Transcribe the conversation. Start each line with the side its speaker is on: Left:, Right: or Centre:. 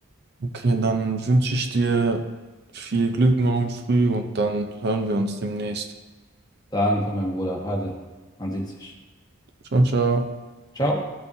Right: Okay, dann wünsche ich dir viel Glück morgen früh und dann hören wir uns demnächst.
Left: Danke, mein Bruder. Hade. Man sieht sich.
Right: Ciao, ciao.
Left: Ciao.